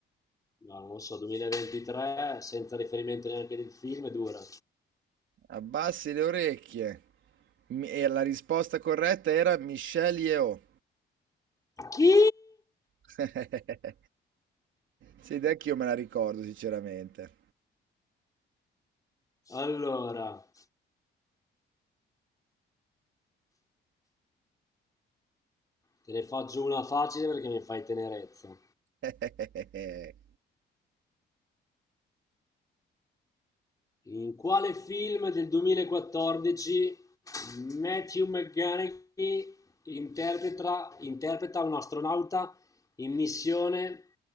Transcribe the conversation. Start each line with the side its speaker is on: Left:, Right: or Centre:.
Left: No, non lo so, 2023 senza riferimento neanche del film è dura.
Right: Abbassi le orecchie. Mi- E la risposta corretta era Michelle Yeoh.
Left: Chi?
Right: <laughs> Sì, ed anch'io me la ricordo sinceramente.
Left: Allora, te ne faccio una facile perché mi fai tenerezza.
Right: <laughs>
Left: In quale film del 2014 Matthew McConaughey interpreta, interpreta un astronauta in missione